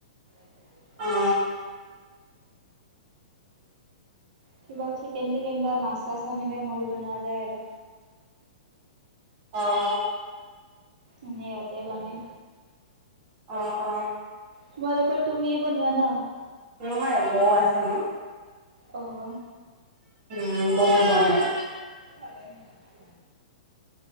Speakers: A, on the right (about 70°); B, on the right (about 30°).
A: তি <unintelligible>
B: অ
A: কিবা চিকেন টিকেন বা মাছ চাছ আনিলে মই বনোৱা যায় আৰু।
B: অ',
A: এনেতে ইহতে বনাই।
B: অ, অ।
A: তোমালোকৰ তুমিয়ে বনোৱা ন?
B: নহয় বৌ আছে ন।
A: অ',
B: উম, বৌ বনাই।
A: প নে <unintelligible>